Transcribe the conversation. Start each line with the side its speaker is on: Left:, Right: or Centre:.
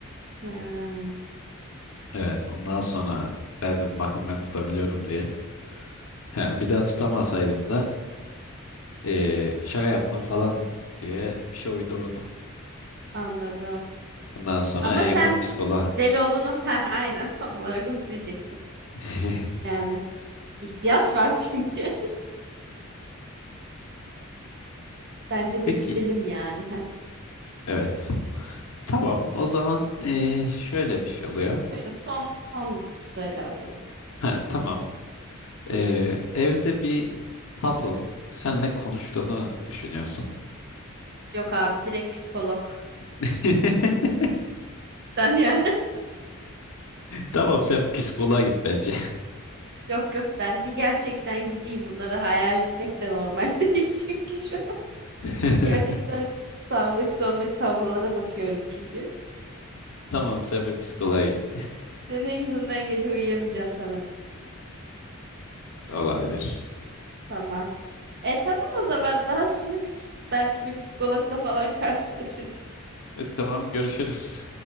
Right: Ha,
Left: Evet ondan sonra derdim bakın ben tutabiliyorum diye. He, bir daha tutamasaydım da ee, şaka yaptım falan diye bir şey uydururdum.
Right: anladım.
Left: Ondan sonra
Right: Ama
Left: en
Right: sen
Left: yakın psikoloğa.
Right: deli olduğunu <laughs> falan aynen tam olarak onu diyecektim.
Left: <laughs>
Right: Yani ihtiyaç var çünkü. <laughs> Bence
Left: Peki
Right: de gidelim yani. Heh.
Left: evet tamam o zaman ee, şöyle bir şey oluyor.
Right: Şöyle son son söyle bakalım.
Left: Ha, tamam. Ee,
Right: Hı.
Left: evde bir tablonun seninle konuştuğunu düşünüyorsun.
Right: Yok abi direkt psikolog.
Left: <laughs>
Right: Ben ya.
Left: Tamam sen psikoloğa git bence.
Right: <laughs> Yok yok ben bir gerçekten gideyim bunları hayal etmek de normal <laughs> değil çünkü şu
Left: <laughs>
Right: Hani gerçekten sağımdaki solumdaki tablolara bakıyorum çünkü.
Left: Tamam sen bir psikoloğa git
Right: Senin yüzünden gece uyuyamayacağım sanırım.
Left: olabilir.
Right: Tamam. E tamam o zaman daha sonra görüşürüz. Belki bir psikologla falan <laughs> karşılaşırız.
Left: E, tamam görüşürüz.